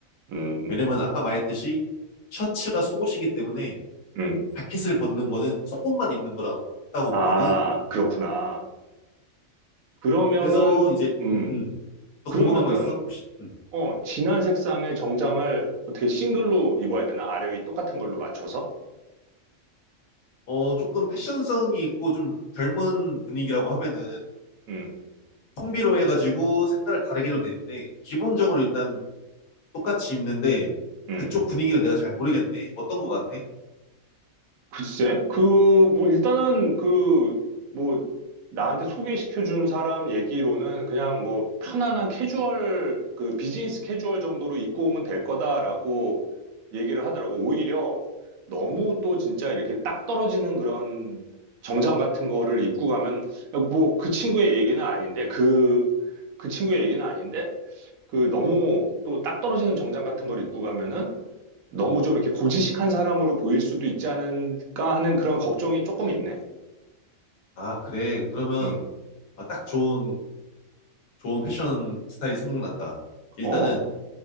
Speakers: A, on the right (about 80°); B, on the left (about 85°).
A: 음,
B: 왜냐면 아까 말했듯이 셔츠가 속옷이기 때문에
A: 음.
B: 자켓을 벗는 거는 속옷만 입는 거랑 같다고
A: 아,
B: 보거든.
A: 그렇구나. 그러면은,
B: 그래서 이제
A: 음,
B: 음, 음. 또
A: 그러면은
B: 궁금한 거 있어? 혹시? 음.
A: 어, 진한 색상의 정장을 어떻게 싱글로 입어야 되나? 아래 위 똑같은 걸로 맞춰서?
B: 어, 조금 패션성이 있고 좀 젊은 분위기라고 하면은
A: 음,
B: 콤비로 해가지고 색깔을 다르게 해도 되는데 기본적으로
A: 음,
B: 일단 똑같이 입는데
A: 음.
B: 그쪽 분위기를 내가 잘 모르겠네. 어떤 거 같아?
A: 글쎄, 그, 뭐, 일단은 그, 뭐, 나한테 소개시켜준 사람 얘기로는 그냥 뭐, 편안한 캐주얼, 그, 비즈니스 캐주얼 정도로 입고 오면 될 거다라고 얘기를 하더라고. 오히려 너무 또 진짜 이렇게 딱 떨어지는 그런 정장 같은 거를 입고 가면, 뭐, 그 친구의 얘기는 아닌데, 그, 그 친구의 얘기는 아닌데, 그 너무 또 딱 떨어지는 정장 같은 걸 입고 가면은 너무 좀 이렇게 고지식한 사람으로 보일 수도 있지 않을까 하는 그런 걱정이 조금 있네.
B: 아, 그래. 그러면
A: 음,
B: 아, 딱 좋은 좋은 패션 스타일이 생각났다. 일단은
A: 어,